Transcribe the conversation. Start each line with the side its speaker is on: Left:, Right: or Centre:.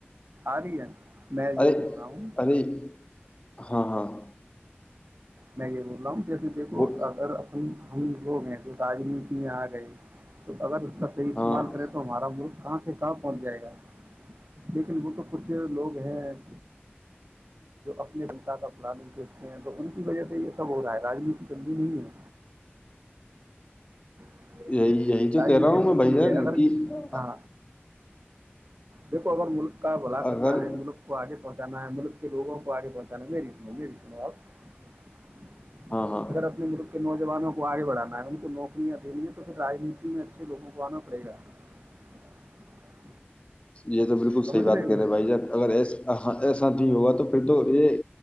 Right: آ رہ ہے <unintelligible>
Left: ارے
Right: بول رہا ہوں
Left: ارے ہاں ہاں <unintelligible>
Right: نہیںے <unintelligible> جیسے دیکھو
Left: وہ
Right: اگر اپنی <unintelligible> ہم ل گئے تو رانیتی میں آ گئے تو اگر <unintelligible> کا صح استعمال
Left: ہاں
Right: کریں تو ہمارا وہرلک کہاں سے <unintelligible> کہاں پہنچ جائے گا لیکن وہ تو <unintelligible> کچھ لوگ ہیں <unintelligible> جو اپنے بنتاہ کا پلا نہیں سوچتے ہیں تو ان کی وجہ سے یہ سب ہو رہا ہے راجنیتی بندی نہیں ہے <unintelligible>
Left: یہی یہی جو
Right: راجنیتی
Left: کہہ رہا ہوں
Right: اچھی
Left: میں
Right: چیز
Left: بھیا
Right: ہے اگر
Left: کی <unintelligible>
Right: ہاں دیکھو اگر ملک کا بلا کرنا
Left: اگر
Right: ہے ملک کو آگے پہنچا <unintelligible> ملک کے لوگوں کو آگے بتا نا میری سنو میری سنو آپ <unintelligible>
Left: ہاں ہاں
Right: اگر اپنے ملک کے نو <unintelligible> زانوں کو آگے بڑھانا ہے ان کو نوکریاں دینی ہے تو پھر رانیتی میں اچھے لوگوں کو آنا پڑے گا <unintelligible>
Left: یہ تو بالکل
Right: سمجھ
Left: صحیح بات
Right: ہو
Left: کر رہے
Right: میری
Left: بھائی جان اگر ایسا نہیں ہوگا تو پھر تو یہ